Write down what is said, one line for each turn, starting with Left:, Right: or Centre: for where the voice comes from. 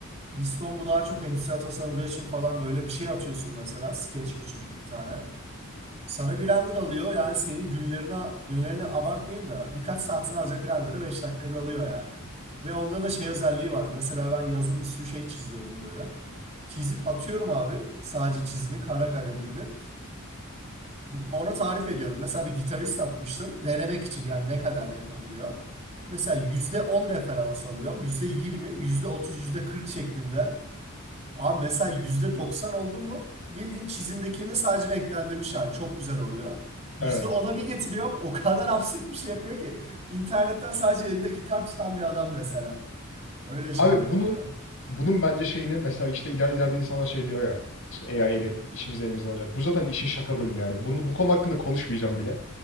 Right: Viscom bu daha çok endüstriyel tasarımcı için falan böyle bir şey atıyorsun mesela. Sketch küçücük bir tane. Sana bir render alıyor yani senin günlerine günlerini abartmayayım da birkaç saatini alacak render'ı 5 dakikada alıyor yani. Ve onda da şey özelliği var. Mesela ben yazın bir sürü şey çiziyordum böyle. Çizip atıyorum abi sadece çizimi kara kalem gibi. Ona tarif ediyorum. Mesela bir gitarist atmıştım denemek için yani ne kadar yapabiliyor. Mesela %10 referans alıyorum. yüzde yirmi, yüzde otuz yüzde kırk şeklinde. Abi mesela %90 oldu mu bildiğin çizimdekini sadece renklendirmiş hali çok güzel oluyor. yüzde
Left: Evet.
Right: ona bir getiriyor o kadar absürt bir şey yapıyor ki. İnternetten sadece elinde gitar tutan bir adam mesela. Öyle şeyler
Left: Abi
Right: oluyor.
Left: bunun bunun bence şeyini mesela işte iler, ileride insanlar şey diyor ya işte AI ile
Right: Hı.
Left: işimizi elimizden alacak. Bu zaten işin şaka bölümü yani. Bunu, bu konu hakkında konuşmayacağım bile.